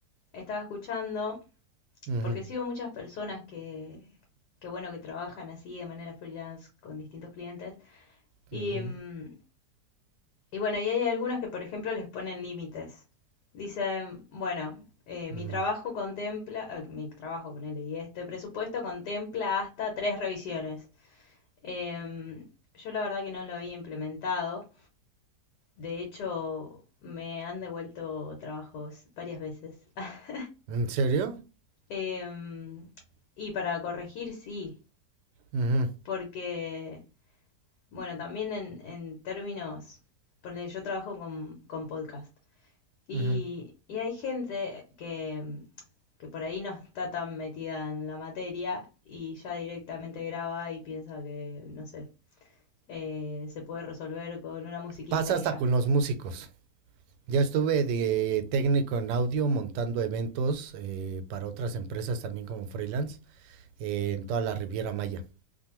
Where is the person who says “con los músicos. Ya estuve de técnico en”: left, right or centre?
Right